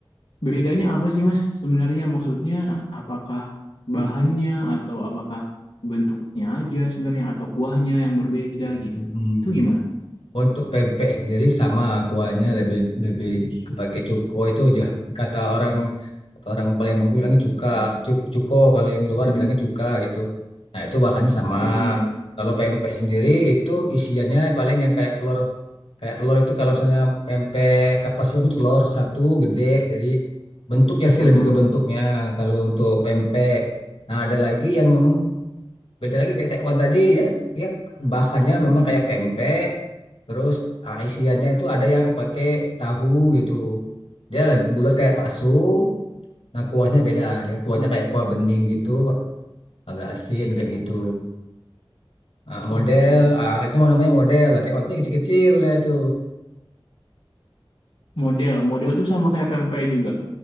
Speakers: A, on the left; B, on the left.
A: Bedanya apa sih Mas? Sebenarnya maksudnya apakah bahannya atau apakah bentuknya aja sebenarnya atau kuahnya yang berbeda gitu.
B: Mm-mm.
A: Itu gimana?
B: untuk pempek sendiri sama kuahnya lebih lebih pakai cuko itu jah- kata orang kata orang Palembang tuh bilangnya cuka cuko, cuko kalau yang luar
A: mm
B: bilangnya cuka gitu nah itu bahannya sama
A: Iya ya.
B: kalau pempek sendiri itu isiannya paling yang kayak telur Kayak telur itu kalau misalnya pempek kapas lem itu telur satu gede, jadi bentuknya sih
A: Heeh.
B: lebih ke bentuknya kalau untuk pempek. Nah, ada lagi yang memang beda lagi kayak tekwan tadi ya, dia bahannya
A: Mm-mm.
B: memang kayak pempek, terus ah, isiannya itu ada yang pakai tahu gitu. Dia lebih bulat kayak bakso, nah kuahnya beda, dia kuahnya
A: Mm.
B: kayak kuah bening gitu, agak asin kayak gitu. Ah,
A: Oke.
B: model, ah, itu mau namanya model, lah tekwan itu yang kecil-kecil ya itu.
A: Model, model tuh sama kayak pempek juga.